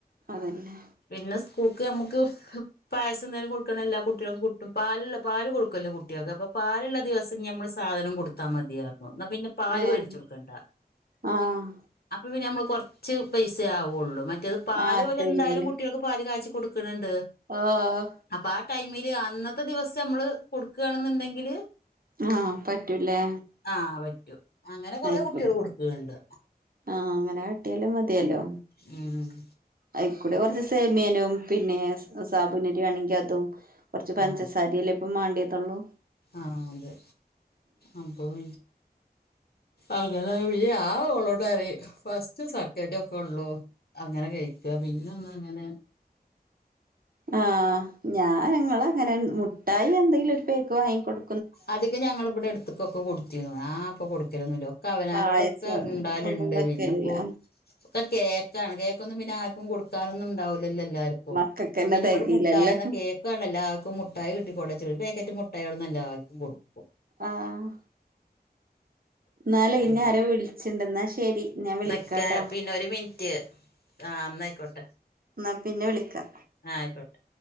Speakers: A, on the right (about 60°); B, on the left (about 70°).
A: അതന്നെ
B: പിന്നെ സ്കൂക്ക് അമ്മക്ക് പായസം എന്തേലും കൊട്ക്കണം എല്ലാ കുട്ടിയാക്കും കുട്ടും പാല്ള്ള പാല് കൊടുക്കല്ലോ കുട്ടിയാക്ക് അപ്പൊ പാല്ള്ള ദിവസം ഇഞ് ഞമ്മള് സ് സാധനം കൊടുത്താ മതിയാർഞ്ഞു ഇന്നാ പിന്നെ പാല്
A: ഏഹ്
B: മേടിച്ചു കൊടുക്കണ്ട
A: ആഹ്
B: അപ്പൊ പിന്നെ ഞമ്മള് കൊർച്ച് പൈസേ ആവൊള്ളു മറ്റേത് പാല്
A: ആഹ്
B: ഓലെന്തായാലും
A: പിന്നേന്
B: കുട്ടിയാക്ക് പാല് കാച്ചി കൊടുക്ക്ണ് ണ്ട്.
A: ആഹ്
B: അപ്പ ആഹ് ടൈമില് അന്നത്തെ ദിവസം അമ്മള് കൊടുക്കാണ്ന്ന് ഇണ്ടെങ്കില്
A: ആഹ് പറ്റും ലേ
B: ആ പറ്റും അങ്ങനെ കൊറെ
A: ആയിക്കോട്ടെ
B: കുട്ടികൾ കൊടുക്കുന്നുണ്ട്
A: ആഹ് അങ്ങനെ കാട്ടിയാലും മതിയേലൊ.
B: ഉം
A: അയിക്കൂടെ കൊറച്ച് സേമിയേനും പിന്നെ സാബുനരി വേണെങ്കി അതും കൊർച്ച് പഞ്ചസാരിയല്ലേ
B: ആ
A: ഇപ്പ മാണ്ടിയേതൊള്ളൂ.
B: ആഹ് അതെ അപ്പൊ <inaudible> അങ്ങനെ ഞാൻ ഓളോട് പറിം ഫസ്റ്റും, സക്കന്റു ‌ ഒക്കൊ ഒള്ളു അങ്ങനെ കഴിക്ക പിന്നൊന്നും അങ്ങനെ
A: ആഹ് ഞാ ഞങ്ങളങ്ങനെ മുട്ടായി എന്തെങ്കിലു ഒരു പേക്ക് വാങ്ങിക്കൊടു
B: ആദ്യെക്കെ ഞങ്ങള് ഇവിടെ എട്ത്ത്ക്കൊക്കെ കൊടുത്തീനു ഞാപ്പ കൊടുക്കലൊന്നുല്ല. ക്ക അവനാന്റോടൊക്ക
A: പായസം
B: ഇണ്ടാവല്ണ്ട്
A: ഒന്നും വെക്കലില്ല
B: പിന്നെ ഇപ്പോ ഒക്കെ കേക്കാണ് കേ ക്കൊന്നും പിന്നാർക്കും കൊടുക്കാനൊന്നുംണ്ടാവില്ലല്ലോ എല്ലാർ കും
A: മക്കക്കന്നെ
B: പിന്നെ
A: തെകയില്ലല്ലോ
B: ഇവിടെ മുട്ടായിന്ന കേക്കാണ് എല്ലാർക്കും മു മുട്ടായി കിട്ടിക്കൊട്ടേച്ചിട്ട് ഒരു പേക്കറ്റ് മുട്ടായിയൊട്ന്ന് എല്ലാർക്കും കൊടുക്കും.
A: ആഹ് എന്നാലേ ഇന്നെ
B: ഉം
A: ആരോ വിളിച്ചിണ്ട് എന്നാ ശരി ഞാൻ വിളിക്കാട്ടോ
B: നിക്ക് പിന്നെ ഒരു മിൻറ്റ്. ആഹ് ന്നയ്ക്കോട്ടെ
A: ന്നാ പിന്നെ വിളിക്കാ
B: ആഹ് ആയ്ക്കോട്ടെ